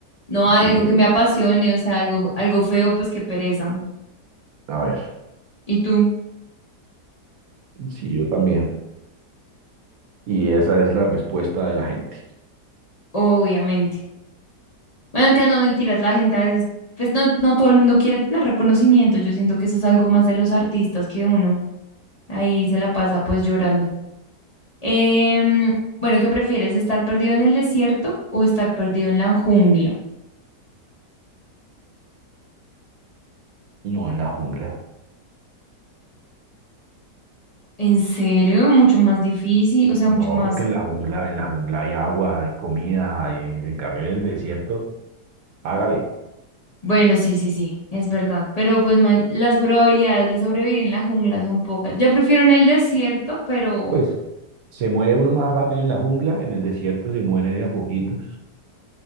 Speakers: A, on the left; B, on the right.
A: No algo
B: Yo creo,
A: que me apasione, o sea, algo, algo feo, pues qué pereza.
B: a ver,
A: ¿Y tú?
B: sí, yo también. Y esa es la respuesta de la gente.
A: Obviamente. Bueno, entiendo, no mentiras, la gente a veces, pues no, no todo el mundo quiere tener reconocimiento. Yo siento que eso es algo más de los artistas que uno ahí se la pasa pues llorando. Em, bueno, ¿qué prefieres? ¿Estar perdido en el desierto o estar perdido en la jungla?
B: No en la jungla.
A: ¿En serio? Mucho más difícil, o sea,
B: No,
A: mucho más.
B: porque en la jungla, en la jungla hay agua, hay comida, hay, en cambio en el desierto, hágale.
A: Bueno, sí, sí, sí, es verdad. Pero pues ma- las probabilidades de sobrevivir en la jungla son pocas. Yo prefiero en el desierto, pero
B: Pues se muere uno más rápido en la jungla, en el desierto se muere de a poquitos.